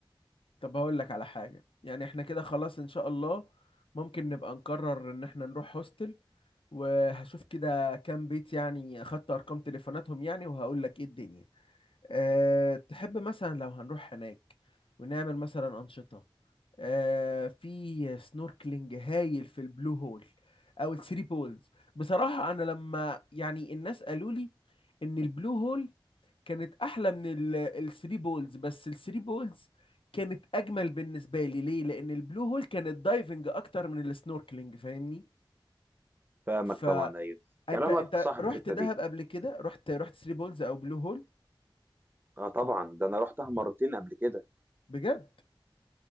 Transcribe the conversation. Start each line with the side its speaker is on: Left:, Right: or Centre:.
Left: طب هقول لك على حاجه يعني احنا كده خلاص ان شاء الله ممكن نبقى نقرر ان احنا نروح هوستل وهشوف كده كام بيت يعني اخدت ارقام تليفوناتهم يعني وهقول لك ايه الدنيا أه تحب مثلا لو هنروح هناك ونعمل مثلا أنشطة أه في سنوركلينج هايل في البلو هول أو الثري بولز بصراحة أنا لما يعني الناس قالوا لي إن البلو هول كانت أحلى من ال- الثري بولز بس الثري بولز كانت أجمل بالنسبة لي ليه؟ لأن البلو هول كانت دايفنج أكتر من السنوركلينج فاهمني؟
Right: فاهمك
Left: فأنت
Right: طبعا ايوه كلامك
Left: أنت
Right: صح
Left: رحت
Right: في الحته
Left: دهب
Right: دي
Left: قبل كده؟ رحت رحت ثري بولز أو بلو هول؟
Right: اه طبعا ده انا رحتها مرتين قبل كده
Left: بجد؟